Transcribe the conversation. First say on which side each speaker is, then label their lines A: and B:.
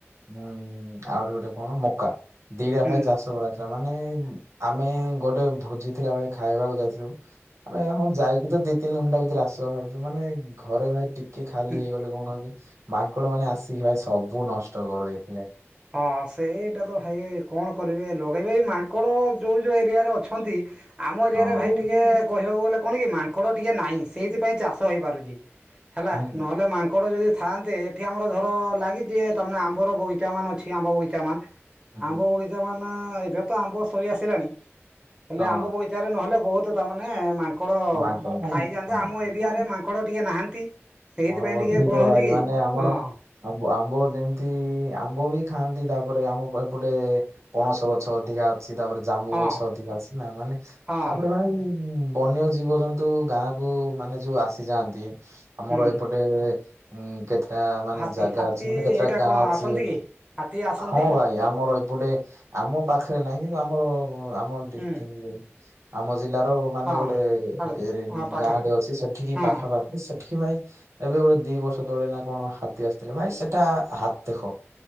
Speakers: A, on the right; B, on the right.
A: ଉଁ ଆହୁରି ଗୋଟେ କଣ ମକା ଦିଟା
B: ହୁଁ
A: ଭାଇ ଚାଷ କର ତା ମାନେ ଆମେ ଗୋଟେ ଭୋଜି ଥିଲା ଭାଇ ଖାଇବାକୁ ଯାଇଥିଲୁ। ଆମେ ହଁ ଯାଇକି ତ ଦି ତିନି ଘଣ୍ଟା ଭିତରେ ଆସିବା ଭାବିଛ ମାନେ ଘରେ ଭାଇ ଟି କିଏ ଖାଲି
B: ହୁଁ
A: ହେଇଗଲେ କଣ କି ମାଙ୍କଡ଼ ମାନେ ଆସିକି ଭାଇ ସବୁ ନଷ୍ଟ କରିଦେଇଥିଲେ।
B: ହଁ ହଁ ସେଇଟା ତ ଭାଇ କଣ କରିବି ଲଗେଇବେ ମାଙ୍କଡ଼ ଯୋଉ ଯଉ ଏରିଆରେ ଅଛନ୍ତି ଆମ ଏରିଆରେ
A: ହଁ
B: ଭାଇ ଟିକିଏ କହିବାକୁ ଗଲେ କଣ କି ମାଙ୍କଡ଼ ଟିକଏ ନାହିଁ ସେଇଥିପାଇଁ ଚାଷ ହେଇପାରୁଛି। ହେଲା
A: ହୁଁ
B: ନହେଲେ ମାଙ୍କଡ଼ ଯଦି ଥାଆନ୍ତେ ଏଠି ଆମର ଧର ଲାଗିଛି ତା ଆମ୍ବର ବଗିଚା ମାନ ଅଛି। ଆମ୍ବ ବଗିଚା ମାନ୍
A: ହୁଁ
B: ଆମ୍ବ ବଗିଚା ମାନେ ଏବେ ତ ଆମ୍ବ ସରି ଆସିଲାଣି ହେଲେ
A: ହଁ
B: ଆମ୍ବ ବଗି ଜାରେ ନହେଲେ ବହୁତ ତାମାନେ ମାଙ୍କଡ଼
A: ମାଙ୍କଡ
B: ଖାଇଯାନ୍ତି
A: ହଁ।
B: ଆମ ଏରିଆରେ ମାଙ୍କ୍ ଙ୍କଡ଼ ଟିକେ ନାହାନ୍ତି ସେଇଥିପାଇଁ
A: ହଁ ଅଧିକ
B: ଟିକେ କଣ
A: ଭାଇ
B: ହଉଛି କି
A: ମାନେ ଆମର
B: ହଁ।
A: ଆମ୍ବ ଆମ୍ବ ଯେମିତି ଆମ୍ବ ବି ଖାଆନ୍ତି ତାପରେ ଆମ ଏପଟେ। ପଣସ ଗଛ ଅଧିକା ଅଛି ତାପରେ ଜାମ୍ବୁ
B: ହଁ
A: ଗଛ ଅଧିକା ଅଛି ନା ମାନେ
B: ହଁ
A: ତାପରେ ଭାଇ ବନ୍ୟ ଜୀବଜନ୍ତୁ ଗାଁ କୁ ମାନେ ଯୋଉ ଆସିଯାଆନ୍ତି ଆମର
B: ହୁଁ।
A: ଏପ ଟେ ଉଁ କେତେ ଟା ମାନେ
B: ହାତୀ
A: ଜାଗା
B: ହାତୀ
A: ଅଛି ମାନେ କେତେଟା
B: ଏଇଟା
A: ଗାଁ
B: କଣ
A: ଅଛି
B: ଆସନ୍ତି କି ହାତୀ ଆସନ୍ତି
A: ହଁ ଭାଇ ଆମର ଏପଟେ ଆମ ପାଖରେ ନାହିଁ କିନ୍ତୁ ଆମର ଆମ ଡ଼ିଷ୍ଟ୍ରିକଟ
B: ହୁଁ
A: ଆମ ଜିଲ୍ଲାର ମାନେ
B: ହଁ
A: ଗୋଟେ
B: ଛାଡ଼ନ୍ତୁ
A: ଏରେ
B: ହଁ ପାଖରେ
A: ଗାଁ ଟେ ଅଛି ସେଠିକି
B: ହଁ
A: ପାଖାପାଖି ସେଠି ଖି ଭାଇ ଏବେ ଗୋଟେ ଦି ବର୍ଷ ତଳେ ନା କଣ ହାତୀ ଆସିଥିଲେ ଭାଇ ସେଟା ହାତ ଦେଖ